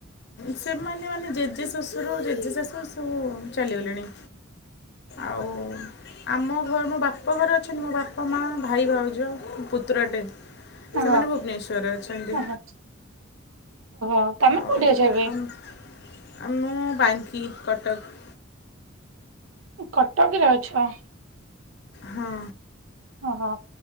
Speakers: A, on the left (about 60°); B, on the right (about 80°).
A: ସେମାନେ ମାନେ ଜେଜେ ଶଶୁର ଜେଜେ ଶାଶ ସବୁ ଚାଲିଗଲେଣି। ଆଉ ଆମ ଘ ମୋ ବାପ ଘରେ ଅଛନ୍ତି ମୋ ବାପା, ମା, ଭାଇ, ଭାଉଜ, ପୁତୁରାଟେ।
B: ଓହୋ
A: ସେମାନେ ଭୁବନେଶ୍ୱରରେ ଅଛନ୍ତି
B: ଓହୋ ଓହୋ ତମେ
A: ଆଉ
B: କୋଉଠି ଅଛ ଏବେ?
A: ଆମ ଆମ ବାଙ୍କି କଟକ।
B: କଟକରେ ଅଛ?
A: ହଁ।
B: ଓହୋ।